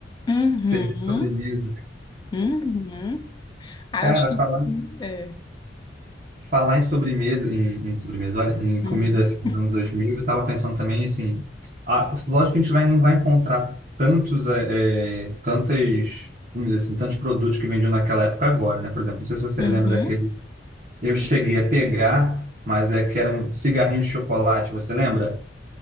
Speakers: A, on the left; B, on the right.
A: Uhum.
B: Serviço de sobremesa.
A: Uhum. Ah,
B: Cara,
A: eu acho que
B: falar
A: sim, é.
B: Falar em sobremesa, em, em sobremesa, olha, em
A: Uhum.
B: comida assim, dos anos 2000, eu tava pensando também, assim, a, lógico que a gente vai, não vai encontrar tantos, é, é, tantas, vamos dizer assim, tantos produtos que vendiam naquela época agora, né? Por exemplo, não sei se você
A: Uhum.
B: lembra daquele, eu cheguei a pegar, mas é que era um cigarrinho de chocolate, você lembra?